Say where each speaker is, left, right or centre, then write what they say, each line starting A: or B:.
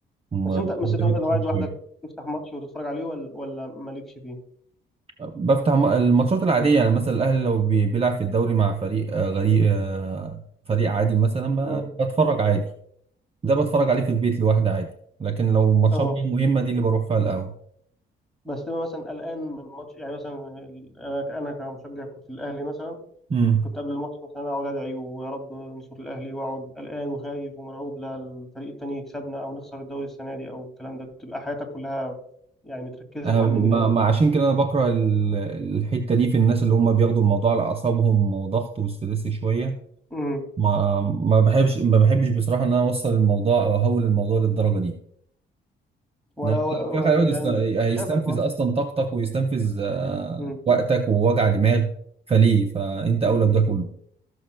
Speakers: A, on the right; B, in the centre.
A: م-
B: بس انت بس
A: ممتع
B: انت مثلا لو قاعد لوحدك
A: شوية
B: تفتح ماتش وتتفرج عليه ولا ولا مالكش فيه
A: بفتح م- الماتشات العادية يعني مثلا الأهلي لو بي- بيلعب في الدوري مع فريق آه، غريق آه، فريق عادي مثلا ب-
B: مم.
A: بتفرج عادي ده بتفرج عليه في البيت لوحدي عادي لكن لو ماتشات
B: اه
A: بقى مهمة دي اللي بروح فيها القهوة
B: بس تبقى مثلا قلقان من ماتش يعني مثلا ال- انا ك- انا كمشجع كنت الاهلي مثلا
A: امم
B: كنت قبل الماتش مثلا اقعد ادعي ويا رب نصر الاهلي واقعد قلقان وخايف ومرعوب لا الفريق التاني يكسبنا او نخسر الدوري السنه دي او الكلام ده بتبقى حياتك كلها يعني متركزه
A: أنا
B: حوالين
A: ما
B: النادي
A: ما-
B: ده
A: عشان كده أنا بكره ال- الحتة دي في الناس اللي هم بياخدوا الموضوع على أعصابهم وضغط وستريس شوية
B: امم
A: ما ما بحبش ما بحبش بصراحة إن أنا أوصل الموضوع أو أهول الموضوع للدرجة دي
B: ولا
A: نعم،
B: و...
A: الفخ
B: و...
A: هيقعد
B: يعني
A: يست- هيستنفذ
B: ش- انت شايف الحوار
A: اصلا طاقتك ويستنفذ آه،
B: امم
A: وقتك ووجع دماغ فليه فانت اولى بده كله